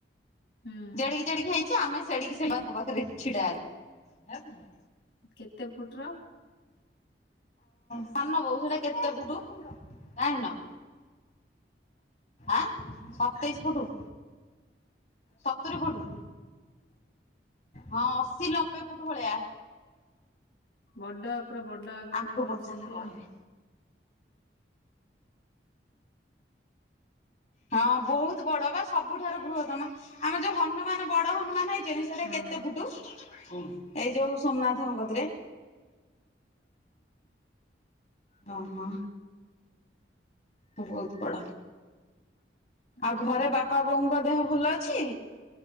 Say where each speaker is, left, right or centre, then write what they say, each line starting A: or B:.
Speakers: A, on the left; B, on the left.
A: ହୁଁ
B: ଜେଡିକି ଜେଡିକି ହେଇଛି ଆମେ ସେଡିକି ସେଙ୍କ ପାଖରେ ଛିଡା ହେଲୁ।
A: କେତେ ଫୁଟ ର?
B: ସାନ ବୋଉ ସେଟା କେତେ ଫୁଟୁ ଯାଣିନ? ଆଁ ସତେଇଶ ଫୁଟ? ସତୁରି ଫୁଟ ହଁ ଅଶୀ ନବେ ଫୁଟ ଭଳିଆ।
A: ବଡ ପୁରା ବଡ ଆକାରରେ
B: ଆଙ୍କୁ
A: କରିଛନ୍ତି
B: ପଚାରିଲେ କହିବେ।
A: ଆଉ।
B: ହଁ ବହୁତ ବଡ ବା ସବୁଠାରୁ ବୃହତ୍ତମ ଆମର ଯୋଉ ହନୁମାନ ବଡ ହନୁମାନ ହେଇଚନ୍ତି। ସେଟା
A: ହଁ
B: କେତେ ପୁଟୁ କୋଉଠି ଏଇ ଯୋଉ ସୋମନାଥଙ୍କ କତିରେ ହଁ ହଁ। ମୁଁ ବହୁତ ବଡ ଆଉ
A: ଅହୋ
B: ଘରେ ବାପା ବୋଉଙ୍କ ଦେହ ଭଲ ଅଛି?